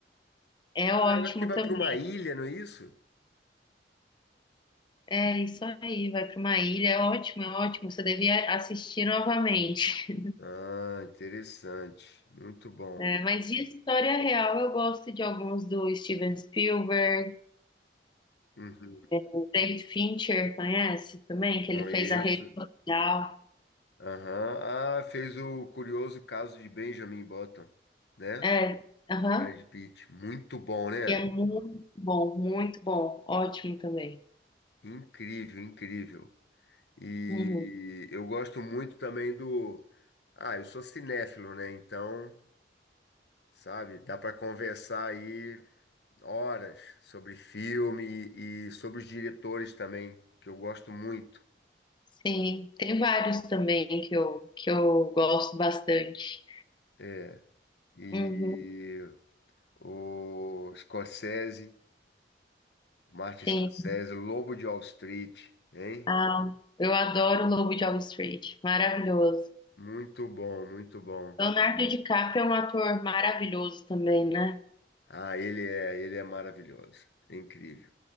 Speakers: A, on the left (about 25°); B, on the left (about 70°).
A: é ótimo
B: Ah, eu acho que vai
A: também.
B: para uma ilha, não é isso?
A: É isso aí, vai para uma ilha, é ótimo, é ótimo. Você devia assistir novamente.
B: Ah, interessante. Muito bom,
A: É,
B: muito
A: mas de
B: bom.
A: história real, eu gosto de alguns do Steven Spielberg,
B: Uhum.
A: o David Fincher, conhece também? Que
B: Conheço.
A: ele fez a rede social.
B: Aham. Ah, fez o curioso caso de Benjamin Button, né?
A: É, aham,
B: Brad Pitt. Muito bom, né?
A: que é muito bom, muito bom, ótimo também.
B: Incrível, incrível. E
A: Uhum.
B: eu gosto muito também do. Ah, eu sou cinéfilo, né? Então, sabe, dá para conversar aí horas sobre filme e e sobre os diretores também, que eu gosto muito.
A: Sim, tem vários também que eu, que eu gosto bastante.
B: É, e
A: Uhum,
B: o Scorsese, Martin Scorsese,
A: sim.
B: Lobo de Wall Street, hein?
A: Ah, eu adoro o Lobo de Wall Street, maravilhoso.
B: Muito bom, muito bom.
A: Leonardo DiCaprio é um ator maravilhoso também, né?
B: Ah, ele é, ele é maravilhoso, é incrível.